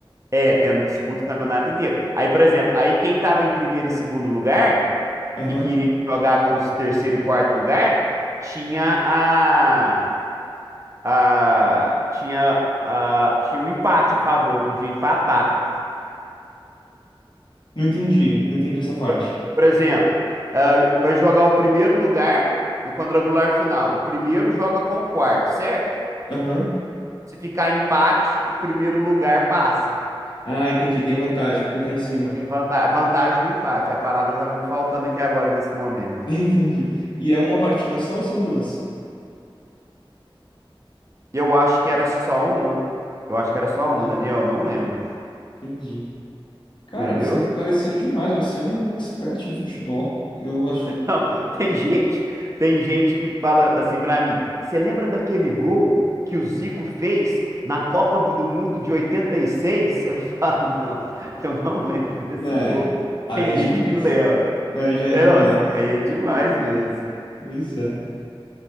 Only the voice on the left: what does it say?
Aham.
Não entendi, não entendi essa parte.
Aham.
Ah, entendi, tem vantagem, quem tá em cima.
<laughs> Entendi. E é uma partida só ou são duas?
Entendi,
entendi. Cara,
você esclareceu demais. Você é um expert em futebol. Eu ach-
É,
aí
é demais.
Aí já é
demais.
Pois é.